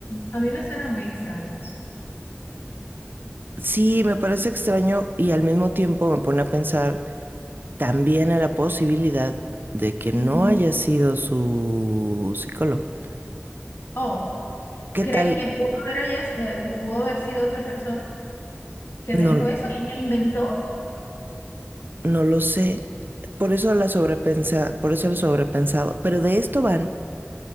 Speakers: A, on the left; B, on the right.
A: a mí me suena muy extraño eso.
B: Sí, me parece extraño y al mismo tiempo me pone a pensar También a la posibilidad de que
A: Ujú.
B: no haya sido su psicólogo.
A: Oh,
B: ¿Qué
A: ¿crees
B: tal?
A: que pudo haber, hayas- eh, que pudo haber sido otra persona que
B: No,
A: le dijo eso y ella inventó?
B: no lo sé. Por eso la sobrepensa, por eso lo sobrepensado. Pero de esto van